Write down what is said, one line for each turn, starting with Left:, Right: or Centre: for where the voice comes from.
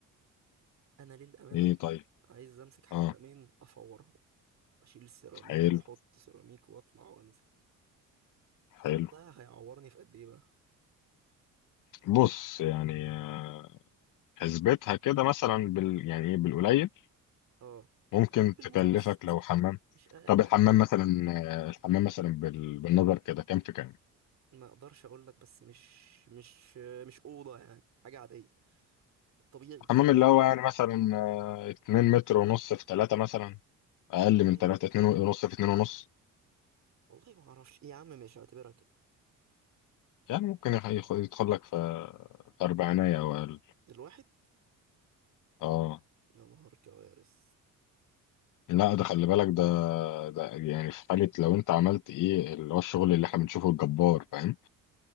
Right: انا للامانه
Left: ايه طيب
Right: عايز امسك حمامين
Left: اه
Right: افورهم اشيل السيراميك
Left: حلو
Right: واحط سيراميك واطلع وانزل
Left: حلو
Right: الكلام ده هيعورني في قد ايه بقى
Left: بص يعني آه، حسبتها كده مثلا بال يعني ايه بالقليل
Right: اه
Left: ممكن
Right: بال... بالمتوسط
Left: تكلفك لو حمام
Right: مش اقل
Left: طب الحمام
Right: حاجه
Left: مثلا آه، الحمام مثلا بال... بالنظر كده كام في كام
Right: ما اقدرش اقول لك بس مش مش مش اوضه يعني حاجه عاديه الطبيعي
Left: الحمام
Right: بتاع
Left: اللي
Right: اي حته
Left: هو يعني مثلا آه، 2 متر ونص في 3 مثلا اقل
Right: يعني
Left: من 3
Right: ما-
Left: 2 ونص في 2 ونص
Right: والله ما اعرفش يا عم مش هعتبرها كده
Left: يعني ممكن يخ- يخ- يدخل لك في في أربعينية أو أقل
Right: الواحد
Left: اه
Right: يا نهار كوارث
Left: لا ده خلي بالك ده ده يعني في حالة لو انت عملت ايه اللي هو الشغل اللي احنا بنشوفه الجبار فاهم